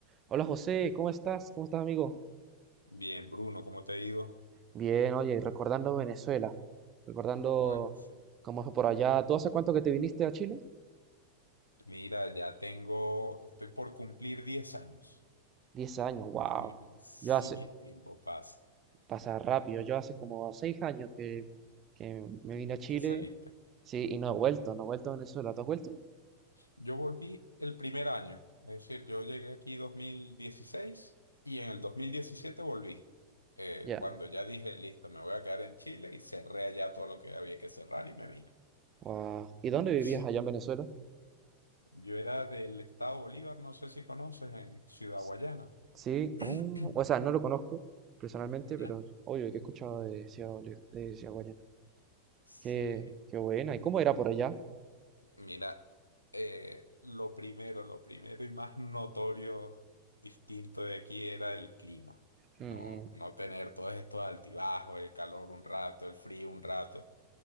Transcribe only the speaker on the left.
Bien, Bruno, ¿cómo te ha ido?
Oye, sí.
Mira, ya tengo, estoy por cumplir 10 años.
<laughs> Sí,
el tiempo pasa
que saliste.
Yo volví el primer año, es decir, yo llegué aquí 2016 y en el 2017 volví. Eh,
cuando ya dije, listo, me voy a quedar en Chile y cerré allá todo lo que había que cerrar y me vine.
<laughs> Sí.
Yo era del estado Bolívar, no sé si conoces, en Ciudad
Guayana.
<clears throat>
¿Ya?
Sí.
Mira, eh, lo primero, lo primero y más notorio distinto de aquí era el clima. No,
no tener todos estos altibajos, el calor un rato, el frío un rato.